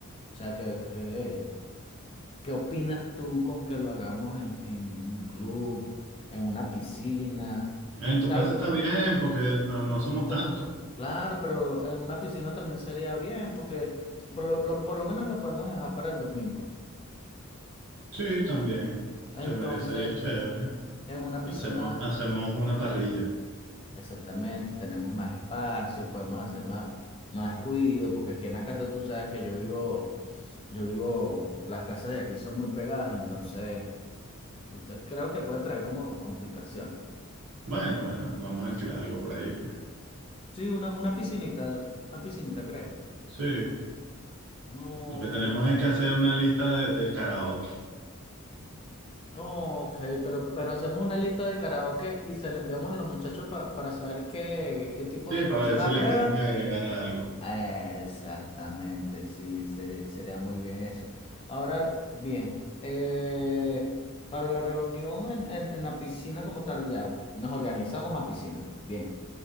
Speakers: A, on the left (about 25°); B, on the right (about 65°).
A: o sea, ¿qué, qué, qué opinas tú con que lo hagamos en, en un club, en una piscina?
B: En
A: En
B: tu
A: al-
B: casa está bien, porque no, no somos
A: pe-
B: tantos.
A: claro, pero en una piscina también sería bien, porque por lo, lo- por lo menos lo podemos dejar para el domingo.
B: Sí, también.
A: Entonces,
B: Se merecería chévere.
A: en una piscina
B: Hacemos, hacemos una parrilla.
A: Exactamente, tenemos más espacio, podemos hacer más, más ruido, porque aquí en la casa tú sabes que yo vivo, yo vivo, las casas de aquí son muy pegadas, entonces te- creo que puede traer como complicación.
B: Bueno, bueno, vamos a alquilar algo por ahí, pues.
A: Sí, una, una piscinita, una piscinita, ¿crees?
B: Sí,
A: No,
B: lo que
A: ok,
B: tenemos es que hacer una lista de- del karaoke.
A: no, ok, pero, pero hacemos una lista de karaoke y se la enviamos a los muchachos pa- para saber qué, qué tipo
B: Sí,
A: de
B: para
A: canción
B: ver si
A: aprueban
B: le quieren agregar algo.
A: Ah, Exactamente, sí, sería, sería muy bien eso. Ahora bien, eh, para la reunión en, en- en la piscina como tal, ya nos organizamos a piscina. Bien,